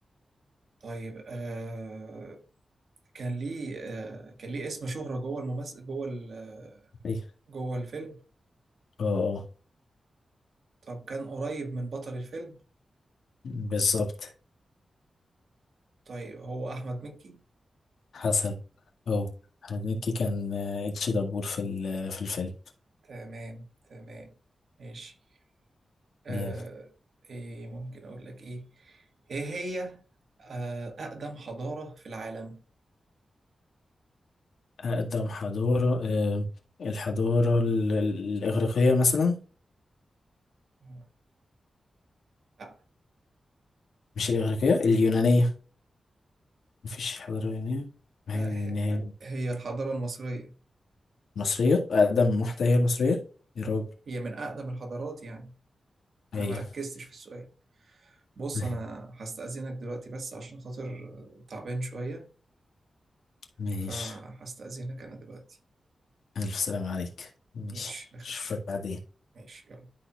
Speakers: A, on the right; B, on the left.
A: طيب آه كان ليه آه كان ليه اسم شهرة جوه الممثل جوه ال- آه،
B: أيوة.
A: جوه الفيلم
B: اه آه.
A: طب كان قريب من بطل الفيلم
B: بالظبط
A: طيب هو احمد مكي
B: حصل اه هنيكي كان آه، اتش دبور في ال- في الفيلم
A: تمام تمام ماشي آه
B: جامد
A: ايه ممكن اقول لك ايه ايه هي آه اقدم حضارة في العالم
B: اقدم حضارة آه، الحضارة ال- ال- الاغريقية مثلا
A: آه، لا
B: مش الاغريقية اليونانية مفيش حضارة يونانية ما
A: لا
B: هي اليونانية
A: ه- هي الحضارة المصرية
B: مصرية أقدم واحدة هي المصرية يا راجل
A: هي من أقدم الحضارات يعني
B: هي
A: أنا ما ركزتش في السؤال بص
B: <laughs>
A: أنا هستأذنك دلوقتي بس عشان خاطر آه، تعبان شوية
B: ماشي
A: فهستأذنك أنا دلوقتي
B: ألف سلام عليك ماشي
A: ماشي بخير
B: أشوفك بعدين
A: ماشي يلا